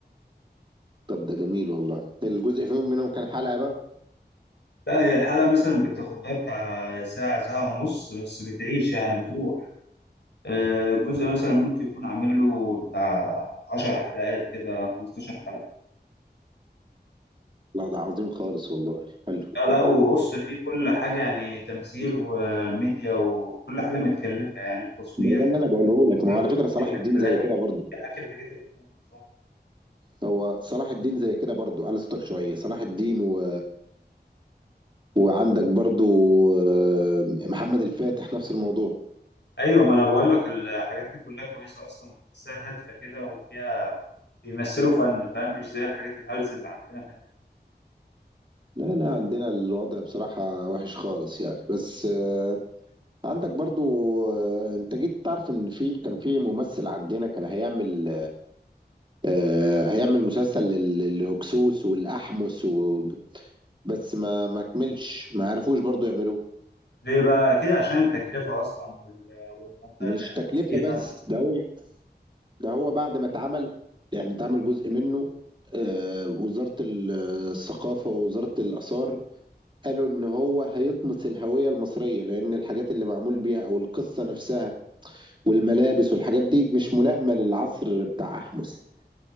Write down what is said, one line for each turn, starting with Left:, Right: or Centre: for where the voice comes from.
Right: طب ده جميل والله الجزء فيهم منهم كام حلقه بقى
Left: لا هي الحلقة مثلا بتاخد لها بتاع ساعة ساعة ونص بس بتعيش يعني بتروح آه، الجزء مثلا ممكن يكون عامل له بتاع 10 حلقات كده 15 حلقة
Right: لا ده عظيم خالص والله حلو
Left: لا لا وبص في كل حاجة يعني تمثيل وميديا وكل حاجة متكلفة يعني وتصوير
Right: ما هو ده اللي انا بقوله لك ما
Left: كله
Right: هو على فكره صلاح
Left: بيحكي
Right: الدين
Left: الحاجات
Right: زي
Left: القديمة
Right: كده برضو
Left: بيحكي الحاجات القديمة بالظبط
Right: هو صلاح الدين زي كده برضو على صوتك شويه صلاح الدين و... وعندك برضو آه، محمد الفاتح نفس الموضوع
Left: أيوة ما أنا بقول لك الحاجات دي كلها كويسة أصلا تحسها هادفة كده وفيها بيمثلوا فن فاهم مش زي الحاجات الهلس اللي عندنا هنا
Right: لا لا عندنا الوضع بصراحة وحش خالص يعني بس آه، عندك برضو آه، انت جيت تعرف ان في كان في ممثل عندنا كان هيعمل آه، هيعمل مسلسل لل- للهكسوس والأحمس و... بس ما ما كملش ما عرفوش برضو يعملوه
Left: ليه بقى كده عشان التكلفة أصلا وال- والمنطقة
Right: مش
Left: اللي هيعملوا
Right: تكلفة
Left: فيها
Right: بس ده هو ده هو بعد ما اتعمل يعني اتعمل جزء منه آه، وزارة ال- آه، الثقافة ووزارة الآثار قالوا إن هو هيطمس الهوية المصرية لأن الحاجات اللي معمول بيها أو القصة نفسها والملابس والحاجات دي مش ملائمة للعصر بتاع أحمس